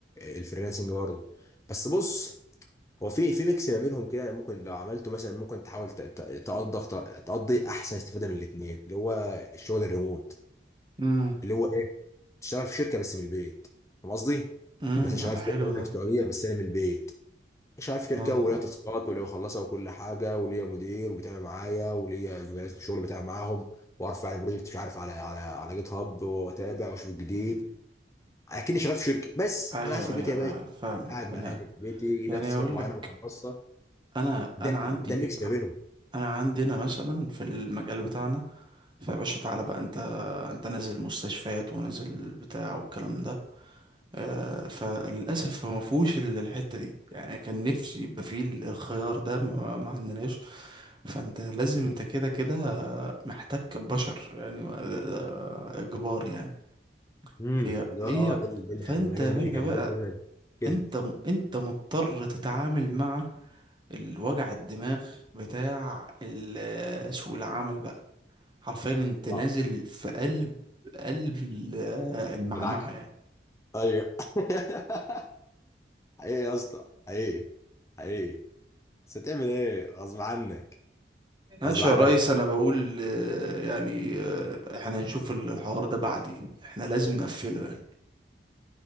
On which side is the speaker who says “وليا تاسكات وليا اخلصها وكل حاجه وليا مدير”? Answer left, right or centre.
Left